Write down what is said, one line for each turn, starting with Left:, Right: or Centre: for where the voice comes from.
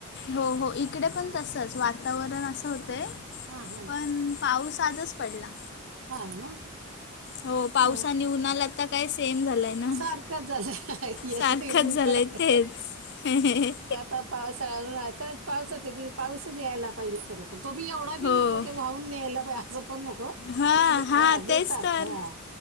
Left: हो हो इकडे
Right: हां
Left: पण तसंच वातावरण असं होत
Right: हां हां
Left: पण पाऊस आजच पडला
Right: हा ना
Left: हो पावसाने
Right: नाही
Left: उन्हालात आता काय सेम झालाय ना
Right: सारखंच झालं येतं
Left: सारखंच
Right: ऊनकडं
Left: झालंय तेच हम् हम
Right: आता पावसाळा खरंच पावसाच तिथ पाऊसच यायला पाहिज खरे पण तो बी एवढा
Left: हो
Right: बी नको ते व वाहून न्यायला असं पण नको
Left: हां
Right: हा म्हणजे
Left: हां
Right: बेतात
Left: तेच तर
Right: हा